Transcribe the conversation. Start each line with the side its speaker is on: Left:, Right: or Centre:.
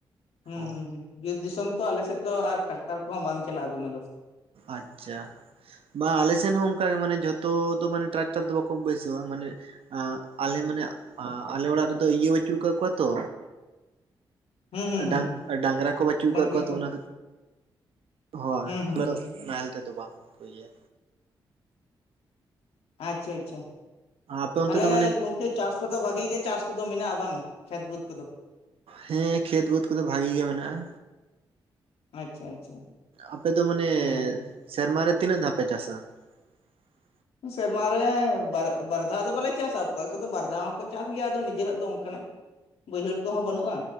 Left: ᱦᱩᱸ
Right: ᱚ
Left: ᱦᱩᱸ ᱦᱩᱸ ᱵᱤᱨ ᱫᱤᱥᱚᱢ ᱛᱚ ᱟᱞᱮ ᱥᱮᱫ ᱫᱚ ᱟᱨ ᱴᱟᱠᱴᱟᱨ ᱠᱚᱦᱚᱸ ᱵᱟᱝ ᱪᱟᱞᱟᱜ-ᱟ ᱫᱚᱢᱮ ᱫᱚ
Right: ᱟᱪᱪᱷᱟ ᱵᱟ ᱟᱞᱮ ᱥᱮᱱ ᱦᱚᱸ ᱚᱱᱠᱟᱜᱮ ᱢᱟᱱᱮ ᱡᱷᱚᱛᱚ ᱫᱚ ᱢᱟᱱᱮ ᱴᱨᱟᱠᱴᱟᱨ ᱫᱚ ᱵᱟᱠᱚ ᱵᱟᱹᱭᱥᱟᱹᱭᱟ ᱢᱟᱱᱮ ᱟᱞᱮ ᱢᱟᱱᱮ ᱟᱞᱮ ᱚᱲᱟᱜ ᱨᱮᱫᱚ ᱤᱭᱟᱹ ᱵᱟᱹᱪᱩᱜ ᱠᱟᱫ ᱠᱚᱣᱟ ᱛᱚ
Left: ᱦᱩᱸ ᱦᱩᱸ
Right: ᱰᱟᱝ
Left: ᱦᱩᱸ ᱦᱩᱸ
Right: ᱰᱟᱝᱨᱟ ᱠᱚ ᱵᱟᱹᱪᱩᱜ
Left: ᱰᱟᱝᱨᱤ
Right: ᱟᱠᱟᱫ ᱠᱚᱣᱟ
Left: ᱠᱚ
Right: ᱛᱚ ᱚᱱᱟ ᱦᱳᱭ
Left: ᱦᱩᱸ ᱦᱩᱸ ᱦᱩᱸ
Right: ᱱᱟᱦᱮᱞ ᱛᱮᱫᱚ ᱵᱟᱝ ᱤᱭᱟᱹᱭᱟ
Left: ᱟᱪᱪᱷᱟ ᱟᱪᱪᱷᱟ
Right: ᱟᱯᱮ ᱚᱱᱛᱮ
Left: ᱛᱟᱦᱚᱞᱮ
Right: ᱫᱚ ᱢᱟᱱᱮ
Left: ᱜᱚᱝᱠᱮ ᱪᱟᱥ ᱠᱚᱫᱚ ᱵᱷᱟᱜᱤ ᱜᱮ ᱪᱟᱥ ᱠᱚᱫᱚ ᱢᱮᱱᱟᱜᱼᱟ ᱵᱟᱝ ᱠᱷᱮᱛ ᱵᱟᱹᱫᱽ ᱠᱚᱫᱚ?,
Right: ᱦᱮᱸ ᱠᱷᱮᱛ ᱵᱟᱹᱫᱽ ᱠᱚᱫᱚ ᱵᱷᱟᱜᱤ ᱜᱮ ᱢᱮᱱᱟᱜ-ᱟ
Left: ᱟᱪᱪᱷᱟ ᱟᱪᱪᱷᱟ
Right: ᱟᱯᱮ ᱫᱚ ᱢᱟᱱᱮ
Left: ᱦᱩᱸ
Right: ᱥᱮᱨᱢᱟ ᱨᱮ ᱛᱤᱱᱟᱹᱜ ᱫᱷᱟᱣ ᱯᱮ ᱪᱟᱥᱟ? <inaudible>
Left: ᱥᱮᱨᱢᱟ ᱨᱮ ᱵᱟᱨ ᱫᱷᱟᱣ ᱫᱚ ᱵᱟᱞᱮ ᱪᱟᱥᱟ ᱚᱠᱚᱭ ᱠᱚᱫᱚ ᱵᱟᱨ ᱫᱷᱟᱣ ᱦᱚᱸᱠᱚ ᱪᱟᱥ ᱜᱮᱭᱟ ᱟᱫᱚ ᱱᱤᱡᱮᱨᱟᱜ ᱫᱚ ᱚᱱᱠᱟᱱᱟᱜ ᱵᱟᱹᱭᱦᱟᱹᱲ ᱠᱚᱦᱚᱸ ᱵᱟᱹᱱᱩᱜ-ᱟ